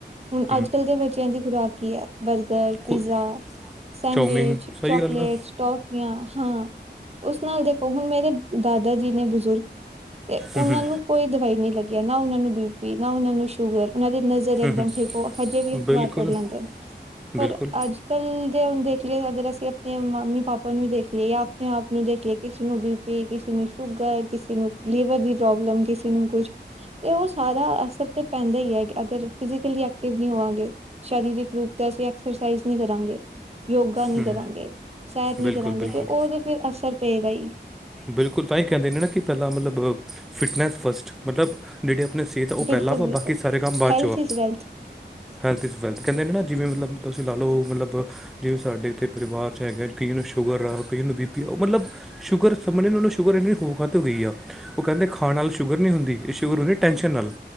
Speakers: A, on the right; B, in the centre.
A: ਹੁਣ
B: ਹੂੰ
A: ਅੱਜ-ਕੱਲ੍ਹ ਦੇ ਬੱਚਿਆਂ ਦੀ ਖੁਰਾਕ ਕੀ ਐ, ਬਰਗਰ, ਪੀਜ਼ਾ
B: ਕੋ-
A: ਸੈਂਡਵਿਚ,
B: ਚਾਊਮਿਨ ਸਹੀ
A: ਚੋਕਲੇਟਸ,
B: ਗੱਲ ਆ
A: ਟੋਫੀਆਂ ਹਾਂ ਉਸ ਨਾਲ ਦੇਖੋ ਹੁਣ ਮੇਰੇ ਦਾਦਾ ਜੀ ਨੇ ਬਜ਼ੁਰਗ, ਉਹਨਾਂ
B: ਹੂੰ ਹੂੰ
A: ਨੂੰ ਕੋਈ ਦਵਾਈ ਨੀ ਲੱਗੀ ਆ, ਨਾ ਉਹਨਾਂ ਨੂੰ ਬੀ ਪੀ, ਨਾ ਉਹਨਾਂ ਨੂੰ ਸ਼ੂਗਰ, ਉਹਨਾਂ ਦੇ ਨ ਜ਼ ਇੱਕਦਮ
B: ਹੂੰ,
A: ਠੀਕ ਹੋ, ਹਜੇ ਵੀ
B: ਹੂੰ
A: ਅਖ਼ਬਾਰ
B: ਬਿਲਕੁਲ
A: ਪੜ੍ਹ ਲੈਂਦੇ ਨੇ। ਪਰ
B: ਬਿਲਕੁਲ
A: ਅੱਜ ਕਲ ਦੇ ਹੁਣ ਦੇਖ ਲਈਏ ਅਗਰ ਅਸੀਂ ਆਪਣੇ ਮੰਮੀ -ਪਾਪਾ ਆਪਾਂ ਨੂੰ ਦੇਖ ਲੀਏ, ਆਪਣੇ ਆਪ ਨੂੰ ਦੇਖ ਲੀਏ, ਕਿਸੇ ਨੂੰ ਬੀ ਪੀ, ਕਿਸੇ ਨੂੰ ਸ਼ੂਗਰ, ਕਿਸੇ ਨੂੰ ਲੀਵਰ ਦੀ ਪ੍ਰੋਬਲਮ, ਕਿਸੇ ਨੂੰ ਕੁਛ ਤੇ ਓ ਸਾਰਾ ਅਸਰ ਤੇ ਪੈਂਦਾ ਈ ਐ ਅਗਰ ਫਿਜਕਲੀ ਐਕਟਿਵ ਨੀ ਹੋਵਾਂਗੇ। ਸਰੀਰਕ ਰੂਪ ਤੇ ਅਸੀਂ ਐਕਸਰਸਾਈਜ਼ ਨਈ ਕਰਾਂਗੇ, ਯੋਗਾ ਨੀ
B: ਹੂੰ
A: ਕਰਾਂਗੇ। ਸੈ
B: ਬਿਲਕੁਲ ਬਿਲਕੁਲ
A: ਓ ਤੇ ਫੇਰ, ਅਸਰ ਪੇਗਾ ਈ।
B: ਬਿਲਕੁਲ ਤਾਂਈੰ ਕੈਂਦੇ ਨਾ, ਕੀ ਪੈਲਾਂ ਮਲਬ ਫਿਟਨਸ ਫਸਟ। ਮਤਲਬ ਜੇੜੀ ਆਪਣੀ ਸੇਤ ਆ ਓ
A: ਬਿਲਕੁਲ
B: ਪੈਲਾਂ ਵਾਂ
A: ਬਿਲਕੁਲ
B: ਬਾਕੀ ਸਾਰੇ ਕੰਮ ਬਾਦ
A: ਹੈਲਥ
B: 'ਚ ਆ।
A: Is wealth
B: health is wealth, ਕੈਂਦੇ ਨੇ ਨਾ ਜਿਵੇਂ ਮਤਲਬ ਤੁਸੀਂ ਲਾ ਲੋ, ਮਤਲਬ ਜਿਵੇਂ ਸਾਡੇ ਏਥੇ ਪਰਵਾਰ 'ਚ ਹੈਗੇ ਆ ਕਈਆਂ ਨੂੰ ਸ਼ੂਗਰ ਆ, ਕਈਆਂ ਨੂੰ ਬੀ ਪੀ ਆ। ਓ ਮਲਬ ਸ਼ੂਗਰ ਸਮਝ ਨੀ ਆਈ ਓਨਾ ਨੂੰ ਸ਼ੂਗਰ ਏਨੀ ਹੋ ਕਾਤੋਂ ਹੋ ਗਈ ਆ। ਓ ਕੈਂਦੇ ਖਾਣ ਨਾਲ ਸ਼ੂਗਰ ਨੀ ਹੁੰਦੀ, ਏ ਸ਼ੂਗਰ ਹੁੰਦੀ ਟੈਂਸ਼ਨ ਨਾਲ।